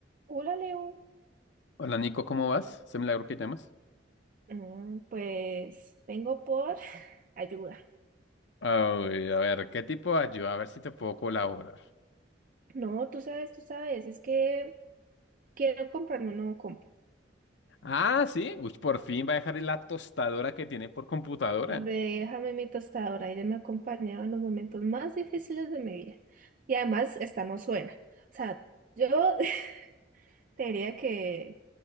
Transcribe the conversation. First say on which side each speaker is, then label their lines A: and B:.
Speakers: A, on the right; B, on the left.
A: Hola Leo,
B: Hola Nico, ¿cómo vas? ¿Se milagro que llamas?
A: Mm, pues vengo por <laughs> <sighs> ayuda.
B: Ay, a ver, ¿qué tipo de ayuda? A ver si te puedo colaborar.
A: No, tú sabes, tú sabes, es que quiero comprarme un nuevo compu.
B: Ah, sí. Uy, por fin va a dejar la tostadora que tiene por computadora.
A: Déjame mi tostadora, ella me ha acompañado en los momentos más difíciles de mi vida. Y además, esta no suena. O sea, yo <laughs> te diría que,